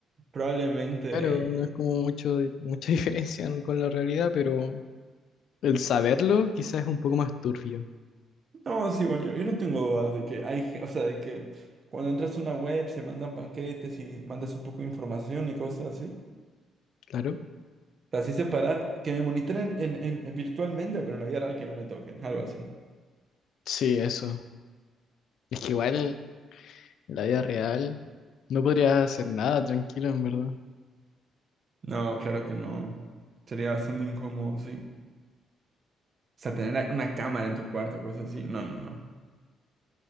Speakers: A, on the right; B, on the left.
A: Probablemente.
B: Claro, no es como mucho, mucha <laughs> diferencia ¿no? con la realidad, pero el saberlo quizás es un poco más turbio.
A: No, sí, igual yo, yo no tengo dudas de que hay, ge- o sea, de que cuando entras a una web se mandan paquetes y mandas un poco de información y cosas así.
B: Claro.
A: Así separar, que me monitoren en, en- en- virtualmente, pero en la vida real que no me toquen, algo así.
B: Sí, eso. Es que igual en la vida real no podrías hacer nada tranquilo, en verdad.
A: No, claro que no. Sería bastante incómodo, sí. O sea, tener a- una cámara en tu cuarto, cosas así. No, no, no.